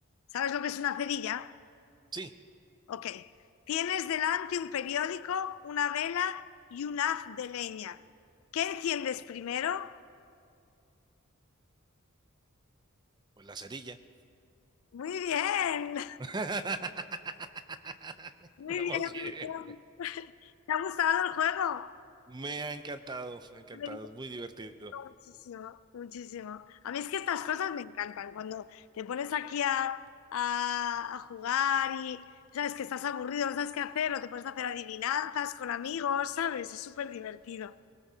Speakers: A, on the left; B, on the right.
A: ¿Sabes lo que es una cerilla?
B: Sí,
A: Ok. Tienes delante un periódico, una vela y un haz de leña. ¿Qué enciendes primero?
B: pues la cerilla.
A: Muy bien,
B: <laughs>
A: <laughs> muy
B: Vamos
A: bien,
B: bien.
A: muy bien. ¿Te ha gustado el juego?
B: Me ha encantado, me ha encantado,
A: Me encantó
B: es muy divertido.
A: muchísimo, muchísimo. A mí es que estas cosas me encantan. Cuando te pones aquí a, a- a jugar y sabes que estás aburrido, no sabes qué hacer, o te pones a hacer adivinanzas con amigos, ¿sabes? Es súper divertido.